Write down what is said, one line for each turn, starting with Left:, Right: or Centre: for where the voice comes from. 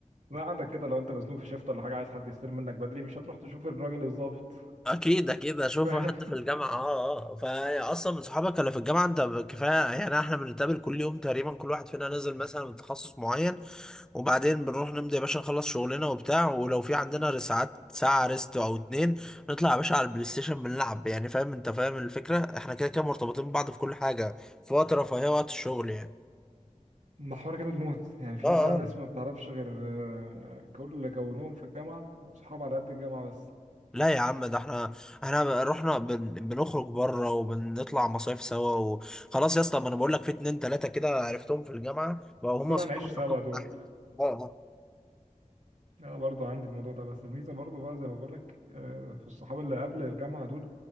Right: ما عندك كده لو انت مزنوق في شيفت ولا حاجه عايز حد يستلم منك بدري مش هتروح تشوف الراجل الظابط
Centre: اكيد اكيد اشوف
Right: فاهم
Centre: حد في الجامعه اه اه فا اصلا من صحابك اللي في الجامعه انت ب- كفايه يعني احنا بنتقابل كل يوم تقريبا كل واحد فينا نزل مثلا من تخصص معين وبعدين بنروح نمضي يا باشا نخلص شغلنا وبتاع ولو في عندنا ساعات ساعة ريست أو اتنين نطلع يا باشا على البلاي ستيشن بنلعب يعني فاهم أنت فاهم الفكرة احنا كده كده مرتبطين ببعض في كل حاجة في وقت رفاهية وقت الشغل يعني
Right: محور جامد موت يعني في
Centre: اه
Right: بقى
Centre: اه
Right: ناس ما بتعرفش غير آه، كل اللي كونوهم في الجامعه صحاب على قد الجامعه بس
Centre: لا يا عم ده احنا احنا رحنا بن... بنخرج بره وبنطلع مصايف سوا وخلاص يا اسطى ما انا بقول لك في اتنين تلاتة كده عرفتهم في الجامعة بقوا هم
Right: دول
Centre: اصحابي
Right: هنعيش سوا
Centre: رقم
Right: دول
Centre: واحد. اه اه
Right: انا برضو عندي الموضوع ده بس الميزه برضو بقى زي ما بقول لك آه، في الصحاب اللي قبل الجامعه دول